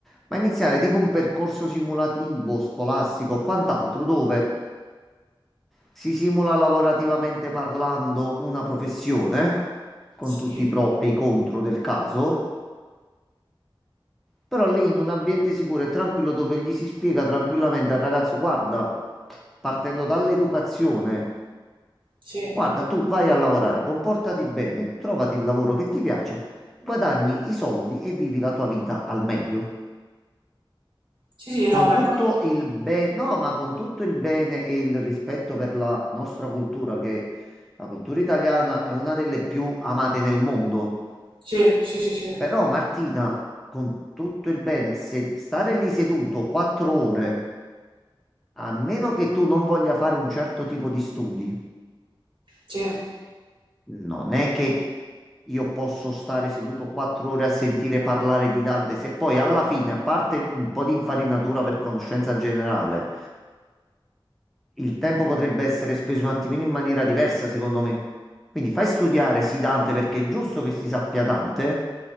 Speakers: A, in the centre; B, on the right.
A: ma iniziare tipo un percorso simulativo, scolastico o quant'altro dove Si simula lavorativamente parlando una professione, con
B: sì,
A: tutti i pro e i contro del caso, però lì in un ambiente sicuro e tranquillo dove gli si spiega tranquillamente al ragazzo, guarda, partendo dall'educazione,
B: sì,
A: guarda, tu vai a lavorare, comportati bene, trovati il lavoro che ti piace, guadagni i soldi e vivi la tua vita al meglio.
B: sì, sì, no,
A: Con
B: ma
A: tutto
B: infatti,
A: il bene, no, ma con tutto il bene e il rispetto per la nostra cultura, che la cultura italiana è una delle più amate nel mondo.
B: sì, sì, sì, sì, sì,
A: Però, Martina, con tutto il bene, se stare lì seduto quattro ore, a meno che tu non voglia fare un certo tipo di studi,
B: sì,
A: non è che io posso stare seduto quattro ore a sentire parlare di Dante, se poi alla fine, a parte un po' di infarinatura per conoscenza generale. il tempo potrebbe essere speso un attimino in maniera diversa, secondo me. Quindi fai studiare sì Dante perché è giusto che si sappia Dante,